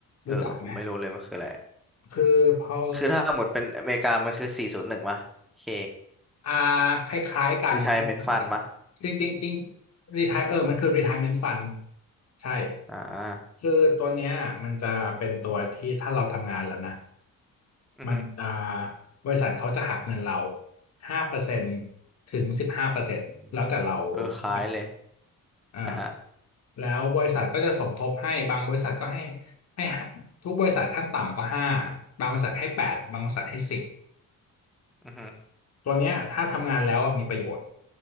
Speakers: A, on the left (about 45°); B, in the centre.
A: รู้จักไหม
B: เออผมไม่รู้เลยมันคืออะไร
A: คือพอ
B: คือถ้าหมดเป็นอเมริกามันคือสี่ศูนย์หนึ่งปะโอเค
A: อ่าคล้ายๆกันคล้ายๆกัน
B: retirement fund ปะ
A: จริงๆจริงรีทายเออมันคือ retirement fund ใช่
B: อ่า
A: คือตัวเนี้ยมันจะเป็นตัวที่ถ้าเราทำงานแล้วนะ
B: อือฮึ
A: มันจะบริษัทเขาจะหักเงินเราห้าเปอร์เซ็นต์ถึงสิบห้าเปอร์เซ็นต์แล้วแต่เราต้องการ
B: อืมเออคล้ายเลย
A: เอ่า
B: อ่ะฮะ
A: แล้วบริษัทก็จะสมทบให้บางบริษัทก็ให้ให้ทุกบริษัทขั้นต่ำก็ห้าบางบริษัทให้แปดบางบริษัทให้สิบ
B: อือฮึ
A: ตัวเนี้ยถ้าทำงานแล้วอะมีประโยชน์